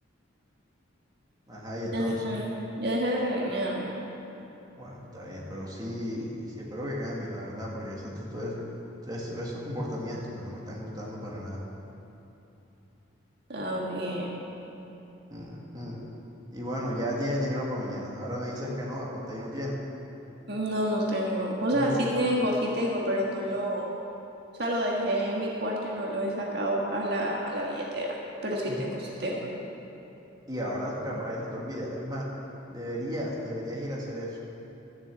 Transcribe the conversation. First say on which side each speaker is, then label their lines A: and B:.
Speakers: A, on the right; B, on the right.
A: Ajá, y
B: Ya,
A: entonces.
B: ya dejé de regañarme.
A: Bueno, está bien, pero sí, sí espero que cambies, la verdad, porque esas actitudes, es- esos comportamientos, pues no me están gustando para nada.
B: Está bien.
A: Mm, mm. Y bueno, ya tienes dinero para mañana. Ahora me dices que no, apostar y no tienes,
B: No, no tengo. O sea,
A: ¿viste?
B: sí tengo, sí tengo, pero no lo. O sea, lo dejé en mi cuarto y no lo he sacado a la, a la billetera. Pero sí
A: Y,
B: tengo, sí tengo.
A: y ahora capaz se te olvida. Es más, deberías, deberías ir a hacer eso.